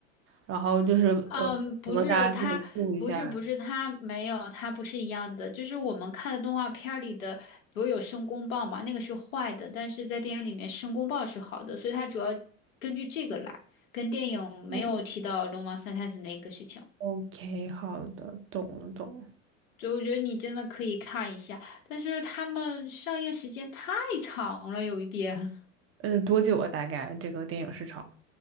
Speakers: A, on the right; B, on the left.
A: 然后就是呃，
B: 嗯，不是他，
A: 哪吒就来救一下。
B: 不是不是他没有，他不是一样的。就是我们看的动画片儿里的，不是有申公豹嘛，那个是坏的，但是在电影里面申公豹是好的，所以他主要根据这个来，跟电影没有提到龙王三太子那个事情。
A: 哦对 OK，好的，懂了懂了。
B: 所以我觉得你真的可以看一下，但是他们上映时间太长了，有一点。
A: 呃，多久啊？大概这个电影市场？